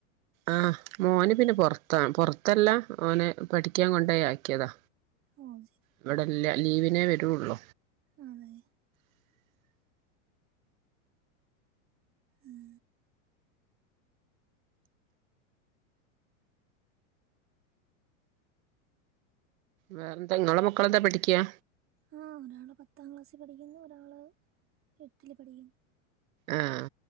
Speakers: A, on the right (about 75°); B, on the right (about 30°).
A: ആഹ് മോന് പിന്നെ പോറത്താ പുറത്തല്ല ഓനെ പഠിക്കാൻ കൊണ്ടേ ആക്കിയതാ
B: ഓ ശരി
A: ഇവിടെ ഇല്ല ലീവ് പിന്നെ വരുയുള്ളൂ
B: അതെ ഉം
A: വേറെന്താ നിങ്ങളെ മക്കളെന്താ പഠിക്കയാ
B: ആ ഒരാള് പത്താം ക്ലാസ്സിൽ പഠിക്കുന്നു ഒരാള് എട്ടില് പഠിക്കുന്നു
A: ആഹ